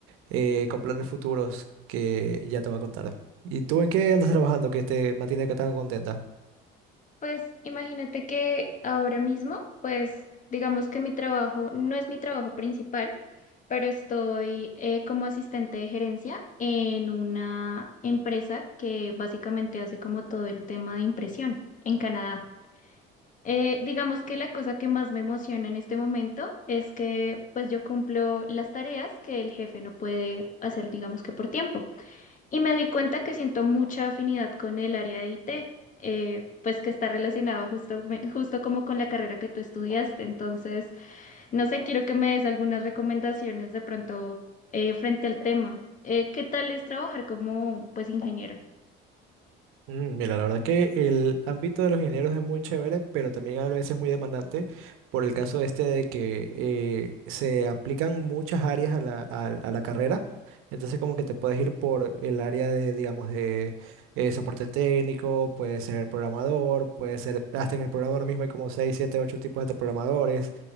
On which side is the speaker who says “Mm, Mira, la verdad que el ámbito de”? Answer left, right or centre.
Right